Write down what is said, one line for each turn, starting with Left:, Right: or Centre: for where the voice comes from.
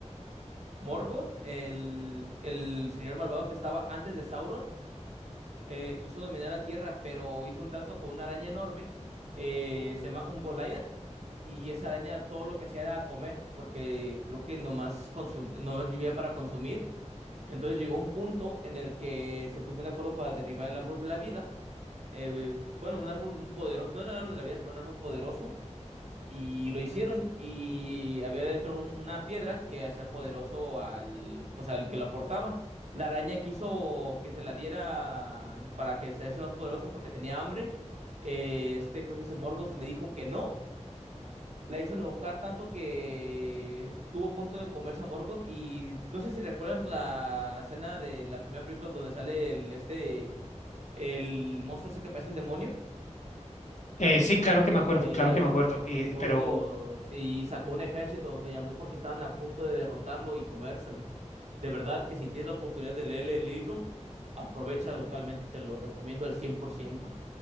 Right: Morgoth, el, el señor malvado que estaba antes de Sauron, eh, quiso dominar la tierra, pero hizo un trato con una araña enorme, eh, se llama un Goliath, y esa araña todo lo que hacía era comer, porque creo que nomás, consum- nomás vivía para consumir. Entonces llegó un punto en el que se pusieron de acuerdo para derribar el árbol de la vida. eh, bueno, un árbol poderoso, no era el árbol de la vida, pero un árbol poderoso y lo hicieron. Y había dentro un- una piedra que hacía poderoso al, pues al que la portaba. La araña quiso que se la diera para que se hace más poderoso porque tenía hambre. Eh, este, pues ese Morgoth le dijo que no. La hizo enojar tanto que tuvo punto de comerse a Morgoth. Y no sé si recuerdas la escena de la primera película donde sale el, este, el monstruo ese que parece un demonio.
Left: Eh, sí, claro que me acuerdo,
Right: eh,
Left: claro que me acuerdo, y,
Right: pues Morgoth
Left: pero
Right: y sacó un ejército, le llamó porque estaban a punto de derrotarlo y comérselo. De verdad que si tienes la oportunidad de leer el libro, aprovecha totalmente, te lo recomiendo al 100%.